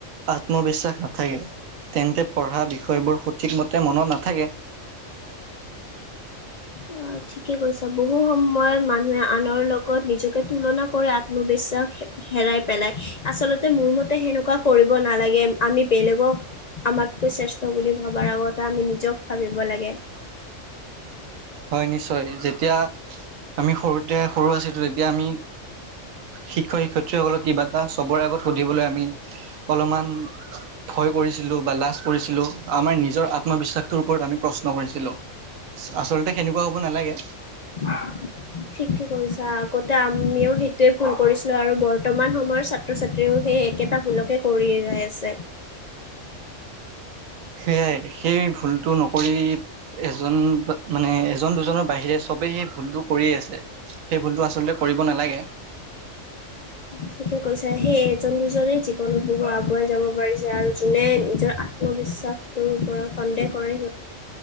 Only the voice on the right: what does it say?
আত্মবিশ্বাস নাথাকে, তেন্তে পঢ়া বিষয়বোৰ সঠিকমতে মনত নাথাকে।
হয় নিশ্চয়, যেতিয়া আমি সৰুতে সৰু আছিলোঁ তেতিয়া আমি শিক্ষ-শিক্ষয়িত্ৰীসকলক কিবা এটা চবৰে আগত সুধিবলৈ আমি অলমান ভয় কৰিছিলোঁ, বা লাজ কৰিছিলোঁ। আমাৰ নিজৰ আত্মবিশ্বাসটোৰ ওপৰত আমি প্ৰচ ন কৰিছিলোঁ, আচলতে সেনেকুৱা হ'ব নালাগে।
সেয়াই, সেই ভুলটো নকৰি এজন ব মানে এজন-দুজনৰ বাহিৰে চবেই সেই ভুলটো কৰিয়েই আছে, সেই ভুলটো আচলতে কৰিব নালাগে।